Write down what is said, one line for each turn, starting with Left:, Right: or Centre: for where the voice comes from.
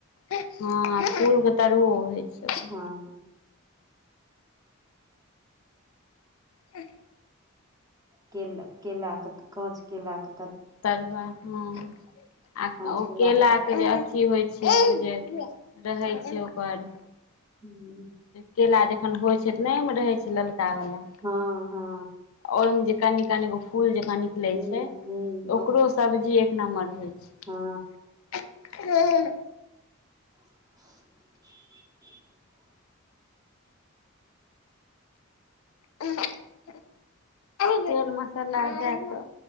Left: हँ फूल के। तरुआ होइ छै ओकर।
Right: हँ
Left: ह <unintelligible>
Right: केला, केलाक काँच केला क।
Left: तरुआ ह, आ
Right: काँच
Left: ओ
Right: केलाके
Left: केलाक
Right: तऽ
Left: जे। की होइ छै ओ जे रहै छै ओकर।
Right: हूँ
Left: केला जखन होइ छै तऽ नहिमे रहै छै ललका वाला।
Right: हँ हँ
Left: औ जे कनीको फूल जका निक। नऽ लै
Right: हूँ
Left: छै,
Right: हूँ
Left: ओकरो सब्जी एक नम्बर होइ
Right: हँ
Left: छै। <unintelligible>
Right: <inaudible>
Left: <unintelligible> तेल मसाला दऽ कऽ